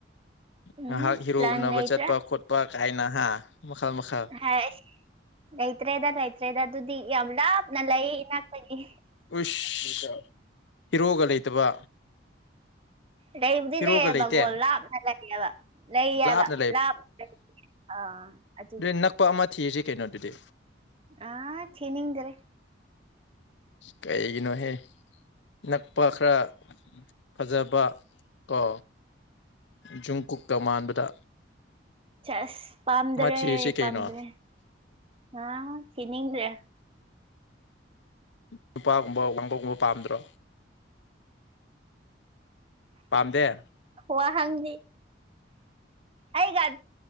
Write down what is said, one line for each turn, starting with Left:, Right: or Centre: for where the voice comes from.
Right: ꯎꯝ
Left: ꯉꯥꯏꯍꯥꯛ ꯍꯤꯔꯣ
Right: ꯄ꯭ꯂꯥꯟ
Left: ꯎꯅꯕ
Right: ꯂꯩꯇ꯭ꯔꯦ
Left: ꯆꯠꯄ ꯈꯣꯠꯄ ꯀꯥꯏꯅ ꯍꯥ ꯃꯈꯜ ꯃꯈꯜ
Right: ꯍꯥꯏ ꯂꯩꯇ꯭ꯔꯦꯗ ꯂꯩꯇ꯭ꯔꯦꯗ ꯑꯗꯨꯗꯤ ꯌꯥꯝ ꯂꯥꯞꯅ ꯂꯩ ꯏꯅꯥꯛꯇꯒꯤ
Left: ꯑꯁ ꯍꯤꯔꯣꯒ ꯂꯩꯇꯕ
Right: ꯂꯩꯕꯨꯗꯤ
Left: ꯍꯤꯔꯣꯒ
Right: ꯂꯩꯌꯦꯕꯒꯣ
Left: ꯂꯩꯇꯦ
Right: ꯂꯥꯞꯅ ꯂꯩꯌꯦꯕ ꯂꯩꯌꯦꯕ
Left: ꯂꯥꯞꯅ
Right: ꯂꯥꯞꯅ ꯂꯩ ꯑꯥ ꯑꯗꯨꯒꯤ
Left: ꯑꯗꯨꯗꯤ ꯅꯛꯄ ꯑꯃ ꯊꯤꯔꯁꯤ ꯀꯩꯅꯣꯗꯨꯗꯤ
Right: ꯑ ꯊꯤꯅꯤꯡꯗ꯭ꯔꯦ
Left: ꯀꯩꯒꯤꯅꯣꯍꯦ ꯅꯛꯄ ꯈꯔ ꯐꯖꯕ ꯀꯣ ꯖꯨꯝ ꯀꯨꯀ ꯃꯥꯟꯕꯗꯣ
Right: ꯑꯁ ꯄꯥꯝꯗ꯭ꯔꯦ
Left: ꯊꯤꯔꯁꯤ ꯀꯩꯅꯣ
Right: ꯄꯥꯝꯗ꯭ꯔꯦ ꯑꯥ ꯊꯤꯅꯤꯡꯗ꯭ꯔꯦ
Left: ꯅꯨꯄꯥꯒꯨꯝꯕ ꯋꯥꯡꯕꯒꯨꯝꯕ ꯄꯥꯝꯗ꯭ꯔꯣ ꯄꯥꯝꯗꯦ
Right: ꯋꯥꯍꯪꯗꯤ ꯑꯩꯒ